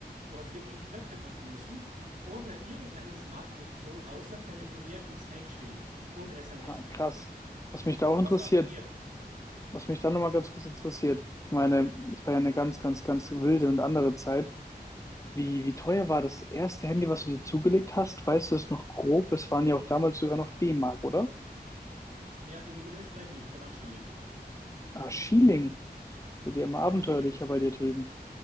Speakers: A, on the right; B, on the left.
A: Du hast wirklich Knöpfe drücken müssen, ohne irgendeine Smart-Funktion, außer telefonieren und Snake spielen und SMS.
B: Ah, krass. Was mich da auch interessiert,
A: Was war bei dir?
B: was mich da nochmal ganz kurz interessiert, ich meine, es war ja eine ganz, ganz, ganz wilde und andere Zeit. Wie, wie teuer war das erste Handy, was du dir zugelegt hast? Weißt du es noch grob? Es waren ja auch damals sogar noch D-Mark, oder?
A: Ja, in, in Österreich nicht, da waren Schilling.
B: Ah, Schieling. Wird ja immer
A: Ja,
B: abenteuerlicher
A: Schilling.
B: bei dir drüben.